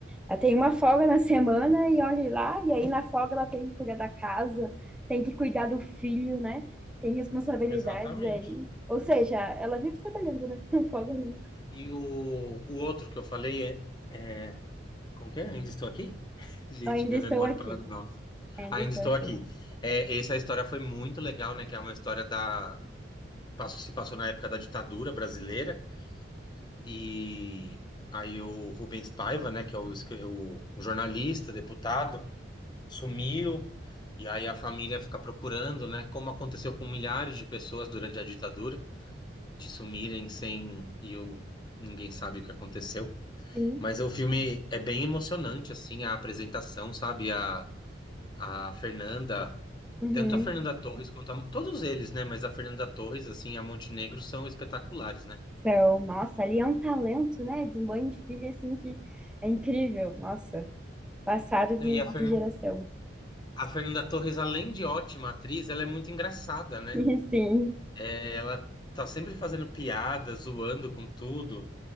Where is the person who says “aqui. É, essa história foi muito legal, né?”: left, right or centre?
Left